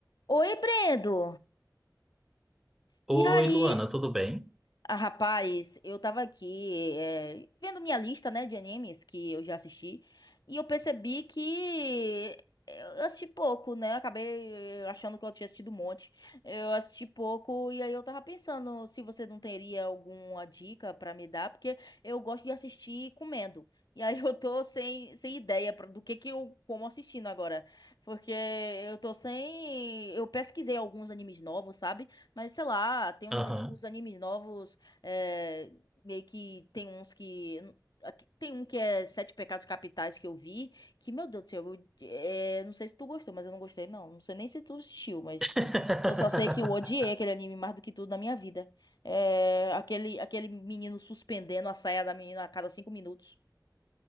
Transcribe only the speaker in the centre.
Oi,
Luana, tudo bem?
Aham.
<laughs>